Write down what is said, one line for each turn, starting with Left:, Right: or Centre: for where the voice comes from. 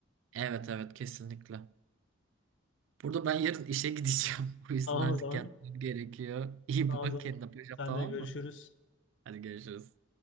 Right: Evet evet kesinlikle. Burada ben yarın işe gideceğim. <laughs> O yüzden
Left: Tamam
Right: artık
Left: o zaman.
Right: yatmam gerekiyor. İyi
Left: Tamam
Right: bak
Left: o zaman.
Right: kendine paşam
Left: Seninle
Right: tamam
Left: görüşürüz.
Right: mı? Hadi görüşürüz.